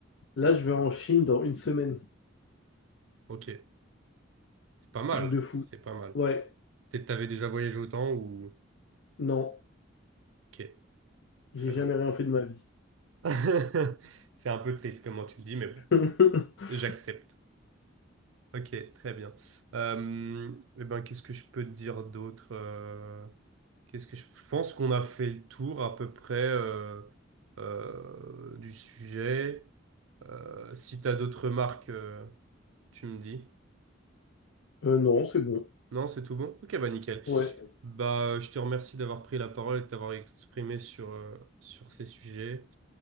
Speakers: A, on the left (about 65°); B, on the right (about 90°).
A: Là, je vais en Chine dans une semaine.
B: Ok. C'est pas mal.
A: Truc de fou.
B: C'est pas mal.
A: Ouais,
B: Peut-être t'avais déjà voyagé autant ou.
A: non,
B: Ok.
A: j'ai
B: Très
A: jamais
B: bien.
A: rien fait de ma vie.
B: <laughs> C'est un peu triste comment tu le dis, mais bon,
A: <laughs>
B: j'accepte. Ok, très bien. Euh, eh ben, qu'est-ce que je peux te dire d'autre? euh, qu'est-ce que je... je pense qu'on a fait le tour à peu près euh, euh, du sujet. Euh, si tu as d'autres remarques, euh, tu me dis.
A: Euh, non, c'est bon.
B: Non, c'est tout bon? Ok, bah nickel.
A: Ouais.
B: Bah, je te remercie d'avoir pris la parole et de t'avoir exprimé sur, euh, sur ces sujets.